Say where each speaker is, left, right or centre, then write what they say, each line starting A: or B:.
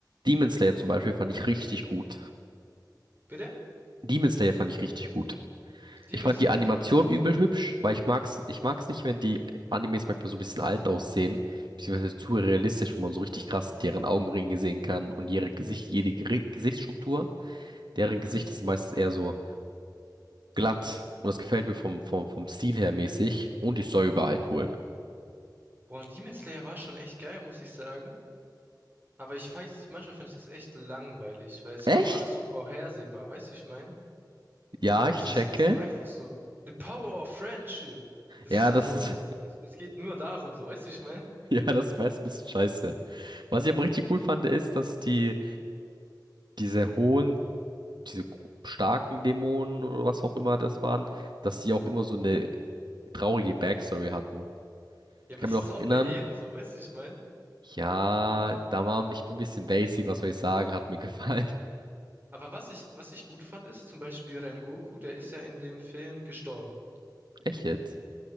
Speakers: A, on the right (about 85°); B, on the right (about 25°).
A: Demon Slayer zum Beispiel fand ich richtig gut.
B: Bitte?
A: Demon Slayer fand ich richtig gut.
B: Demon
A: Ich fand
B: Slayer?
A: die Animation übel hübsch, weil ich mag's, ich mag's nicht, wenn die Animes manchmal so ein bisschen alt aussehen, beziehungsweise zu realistisch, wenn man so richtig krass deren Augenringe sehen kann und ihre Gesicht, jede Geri- Gesichtsstruktur. Deren
B: Mhm.
A: Gesicht ist meistens eher so glatt und das gefällt mir vom, vom, vom Stil her mäßig und die Story war halt cool.
B: Boah, Demon Slayer war schon echt geil, muss ich sagen. Aber ich weiß nicht, manchmal fand ich das echt langweilig, weil es
A: Echt?
B: war so alles so vorhersehbar, weißt du, wie ich meine?
A: Ja, ich
B: Also
A: checke.
B: es ist so einfach so, the power of friendship. Das
A: Ja,
B: ist also,
A: das ist,
B: es, es geht nur darum, so, weißt du, wie ich meine?
A: <laughs> ja, das ist meist ein bisschen scheiße. Was ich aber richtig cool fand, ist, dass die diese hohen diese gro- starken Dämonen oder was auch immer das waren, dass die auch immer so eine traurige Backstory hatten.
B: Ja,
A: Ich
B: aber
A: kann
B: das
A: mir noch
B: ist auch
A: erinnern,
B: bei jedem so, weißt du, wie ich meine?
A: ja, da war ich bin ein bisschen basic, was soll ich sagen, hat mir gefallen.
B: Aber was ich, was ich gut fand, ist zum Beispiel Rengoku, der ist ja in dem Film gestorben.
A: <laughs> Echt jetzt?